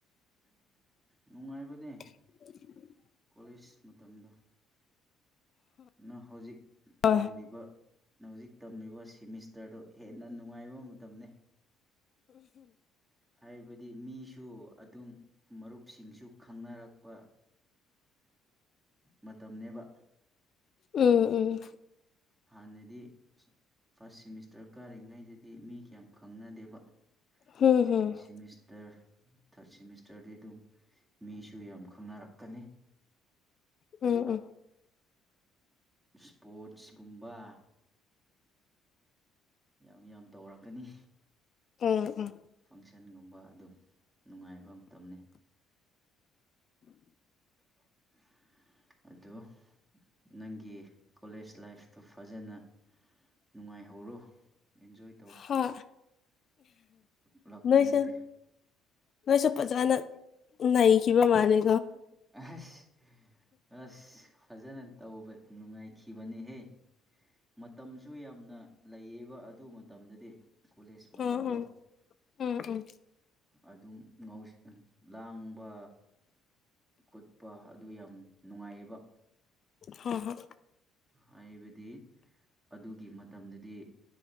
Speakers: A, on the right; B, on the left.
A: ꯅꯨꯡꯉꯥꯏꯕꯅꯦ
B: <unintelligible>
A: ꯀꯣꯂꯦꯖ ꯃꯇꯝꯗ ꯅ ꯍꯧꯖꯤꯛ
B: ꯑ
A: ꯇꯝꯂꯤꯕ ꯍꯧꯖꯤꯛ ꯇꯝꯂꯤꯕ ꯁꯤꯃꯤꯁꯇꯔꯗꯨ ꯍꯦꯟꯅ ꯅꯨꯡꯉꯥꯏꯕ ꯃꯇꯝꯅꯤ ꯍꯥꯏꯕꯗꯤ ꯃꯤꯁꯨ ꯁꯨ ꯑꯗꯨꯝ ꯃꯔꯨꯞꯁꯤꯡꯁꯨ ꯈꯪꯅꯔꯛꯄ ꯃꯇꯝꯅꯦꯕ
B: ꯎꯝ ꯎꯝ
A: ꯍꯥꯟꯅꯗꯤ ꯐꯥꯔꯁ ꯁꯤꯦꯃꯤꯁꯇꯔ ꯀꯥꯔꯤꯉꯩꯗꯗꯤ ꯃꯤ ꯀꯌꯥꯝ ꯈꯪꯅꯗꯦꯕ
B: ꯍꯝ
A: ꯁꯦꯀꯦꯟ
B: ꯍꯝ
A: ꯁꯤꯃꯤꯁꯇꯔ ꯊꯥꯔꯠ ꯁꯦꯃꯤꯁꯇꯔꯗꯤ ꯑꯗꯨꯝ ꯃꯤꯁꯨ ꯌꯥꯝ ꯈꯪꯅꯔꯛꯀꯅꯤ
B: ꯎꯝ
A: ꯑꯗꯨꯒ
B: ꯎꯝ
A: ꯏꯁꯄꯣꯔꯠꯁꯀꯨꯝꯕ ꯌꯥꯝ ꯌꯥꯝ ꯇꯧꯔꯛꯀꯅꯤ
B: ꯎꯝ ꯎꯝ
A: ꯐꯪꯁꯟꯒꯨꯝꯕ ꯑꯗꯨꯝ ꯅꯨꯡꯉꯥꯏꯕ ꯃꯇꯝꯅꯤ <unintelligible> ꯑꯗꯨ ꯅꯪꯒꯤ ꯀꯣꯂꯦꯖ ꯂꯥꯏꯐꯇꯨ ꯐꯖꯅ ꯅꯨꯡꯉꯥꯏꯍꯧꯔꯣ ꯏꯟꯖꯣꯏ
B: ꯍ
A: ꯂꯥꯛꯄ
B: ꯅꯁ
A: ꯅꯠꯇꯦ
B: ꯅꯁ ꯑꯣꯖꯅ ꯅꯩꯈꯤꯕ ꯃꯥꯅꯤ
A: ꯑꯁ ꯑꯁ ꯐꯖꯅ ꯇꯧꯕ ꯅꯨꯡꯉꯥꯏꯈꯤꯕꯅꯤꯍꯦ ꯃꯇꯝꯁꯨ ꯌꯥꯝꯅ ꯂꯩꯌꯦꯕ ꯑꯗꯨ ꯃꯇꯝꯗꯗꯤ ꯀꯣꯂꯦꯖ ꯃꯇꯝꯗꯣ
B: ꯎꯝ ꯎꯝ ꯎꯝ ꯎꯝ
A: ꯑꯗꯨꯝ ꯉ ꯂꯥꯡꯕ ꯀꯣꯠꯄ ꯑꯗꯨ ꯌꯥꯝ ꯅꯨꯡꯉꯥꯏꯌꯦꯕ
B: ꯍꯣꯏ ꯍꯣꯏ
A: ꯍꯥꯏꯕꯗꯤ ꯑꯗꯨꯒꯤ ꯃꯇꯝꯗꯗꯤ